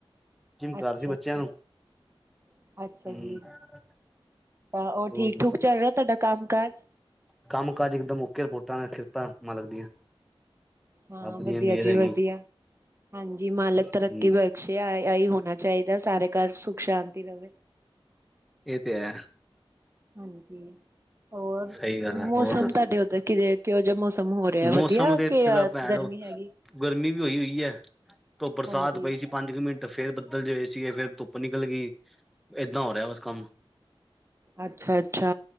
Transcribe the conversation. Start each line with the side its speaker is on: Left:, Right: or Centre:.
Centre: ਜਿੰਮ
Right: ਅੱਛਾ-ਅੱਛਾ,
Centre: ਕਰਾ ਰਯਾ ਸੀ ਬੱਚੇਆਂ ਨੂੰ
Right: ਅੱਛਾ ਅੱਛਾ
Centre: ਹੂੰ।
Right: ਜੀ। ਤਾਂ ਓ
Centre: ਹੋਰ
Right: ਠੀਕ-ਠੂਕ
Centre: ਦੱਸ,
Right: ਚੱਲ ਰਯਾ ਤੁਆਡਾ ਕੰਮ ਕਾਜ?
Centre: ਕੰਮ ਕਾਜ ਇਕਦਮ ਓਕੇ ਰਿਪੋਰਟਾਂ ਨੇ ਸਿਫਤਾਂ ਮਾਲਕ ਦੀਆਂ।
Right: ਹਾਂ,
Centre: ਰੱਬ ਦੀਆਂ
Right: ਵਦੀਆ
Centre: ਮਿਹਰ
Right: ਜੀ
Centre: ਹੈਗੀ
Right: ਵਦੀਆ, ਹਾਂਜੀ ਮਾਲਕ ਤਰੱਕੀ
Centre: ਹੂੰ
Right: ਵ ਸ਼ੇ, ਆਈ ਹੋਨਾ ਚਾਈਦਾ, ਸਾਰੇ ਘਰ ਸੁੱਖ-ਸ਼ਾਂਤੀ ਰਵੇ।
Centre: ਏ ਤੇ ਐ।
Right: ਹਾਂਜੀ, ਹੋਰ
Centre: ਸਹੀ ਗੱਲ
Right: ਮੌਸਮ
Centre: ਹੈ ਹੋਰ ਦੱਸੋ
Right: ਤੁਆਡੇ ਓਧਰ ਕਿਦੇ, ਕਿਹੋ ਜਯਾ ਮੌਸਮ ਹੋ ਰਯਾ
Centre: ਮੌਸਮ
Right: ਵਦੀਆ
Centre: ਦੇ ਇੱਥੇ
Right: ਕੀ
Centre: ਦਾ ਭੈਣ
Right: ਗਰਮੀ ਹੈਗੀ।
Centre: ਗਰਮੀ ਵੀ ਹੋਈ ਹੋਈ ਐ, ਤੋਂ ਬਰਸਾਤ
Right: ਹਾਂਜੀ।
Centre: ਪਈ ਸੀ। ਪੰਜ ਕੁ ਮਿੰਟ ਫਿਰ ਬੱਦਲ ਜੇ ਹੋਏ ਸੀਗੇ ਫੇਰ ਧੁੱਪ ਨਿਕਲ ਗੀ ਏਦਾਂ ਹੋ ਰਯਾ ਬਸ ਕੰਮ।
Right: ਅੱਛਾ-ਅੱਛਾ